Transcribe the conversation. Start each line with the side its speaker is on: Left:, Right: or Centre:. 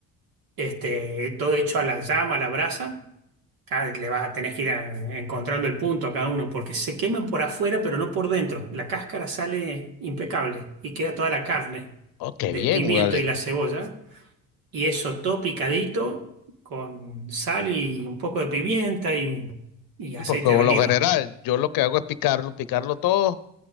Right: este, todo hecho a la llama, a la brasa Ah, le vas a tener que ir a- encontrando el punto a cada uno, porque se queman por afuera, pero no por dentro. La cáscara sale impecable y queda toda la carne
Left: ok,
Right: del
Left: bien,
Right: pimiento
Left: vale.
Right: y la cebolla. Y eso todo picadito con sal y un poco de pimienta y, y
Left: Sí,
Right: aceite
Left: Porque por
Right: de oliva.
Left: lo general, yo lo que hago es picarlo, picarlo todo